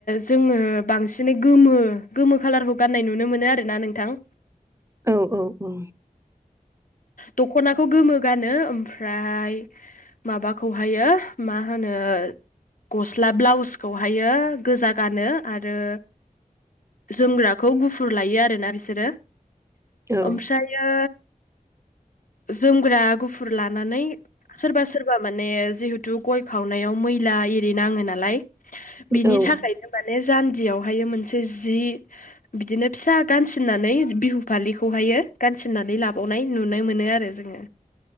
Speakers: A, on the left; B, on the right.
A: जोङो बांसिनै गोमो गोमो खाालारखौ गान्नाय नुनो मोनो आरो ना नोंथां
B: औ औ औ
A: दख'नाखौ गोमो गानो ओमफ्राय माबाखौहायो मा होनो गस्ला ब्लाउसखौहायो गोजा गानो आरो जोमग्राखौ गुफुर लायो आरोना बिसोरो
B: औ
A: ओमफ्रायो जोमग्रा गुफुर लानानै सोरबा सोरबा माने जिहेतु गय खावनायाव मैला एरि नाङो नालाय बिनि
B: औ ओ
A: थाखायनो माने जान्जियावहाय मोनसे जि बिदिनो फिसा गान सिननानै बिहु फालिखौहायो गान सिननानै लाबो गनाय नुनाय मोनो आरो जोङो।